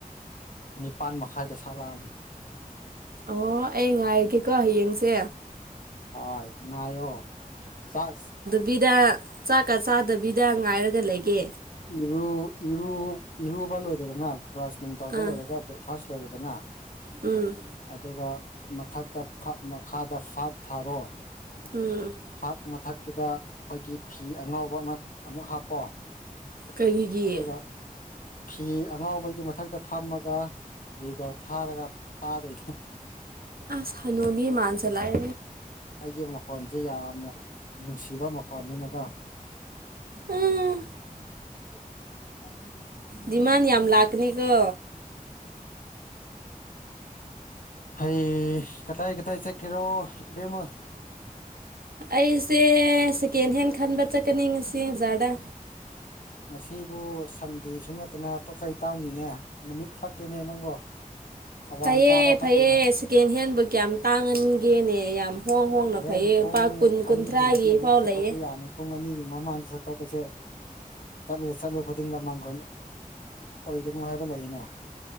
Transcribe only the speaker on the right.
ꯑꯣ ꯑꯩ ꯉꯥꯏꯔꯒꯦꯀꯣ ꯍꯌꯦꯡꯁꯦ
ꯕꯤꯗ ꯆꯥꯛꯀ ꯆꯥꯗꯕꯤꯗ ꯉꯥꯏꯔꯒ ꯂꯩꯒꯦ
ꯑꯥ
ꯎꯝ
ꯎꯝ
ꯀꯔꯤꯒꯤ
ꯑꯁ ꯍꯅꯨꯕꯤꯃꯥꯟꯖꯂꯑ
ꯎꯝ
ꯗꯤꯃꯥꯟ ꯌꯥꯝ ꯂꯥꯛꯀꯅꯤꯀꯣ
ꯑꯩꯁꯦ ꯁꯦꯀꯦꯟ ꯍꯦꯟ ꯈꯟꯕ ꯆꯠꯀꯅꯤ ꯉꯁꯤ ꯕꯖꯥꯔꯗ
ꯐꯩꯌꯦꯦ
ꯐꯩꯌꯦ ꯁꯦꯀꯦꯟ ꯍꯦꯟꯕꯨꯛ ꯀꯌꯥꯝ ꯇꯥꯡꯍꯟꯒꯦꯅꯦ ꯌꯥꯝ ꯍꯣꯡ ꯍꯣꯡꯅ
ꯐꯩꯌꯦ
ꯄꯥꯛ ꯀꯨꯟ ꯀꯨꯟꯊ꯭ꯔꯥꯒꯤ
ꯄꯥꯎ
ꯂꯩꯌꯦ